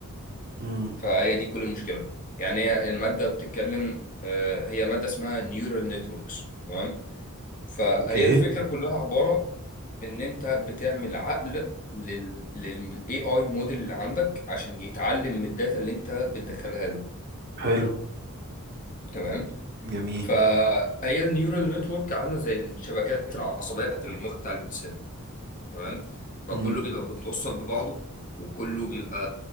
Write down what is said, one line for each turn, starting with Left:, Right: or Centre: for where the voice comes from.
Right: امم
Left: فهي دي كل المشكله يعني هي الماده بتتكلم آه، هي ماده اسمها نيورال نتوركس تمام فهي
Right: اوكي
Left: الفكره كلها عباره ان انت بتعمل عقل لل للاي اي موديل اللي عندك عشان يتعلم من الداتا اللي انت بتدخلها له
Right: حلو
Left: تمام
Right: جميل
Left: فهي النيورال نتورك عامله زي الشبكات العصبيه بتاعت المخ بتاع الانسان تمام فكله
Right: امم
Left: بيبقى متوصل ببعضه وكله بيبقى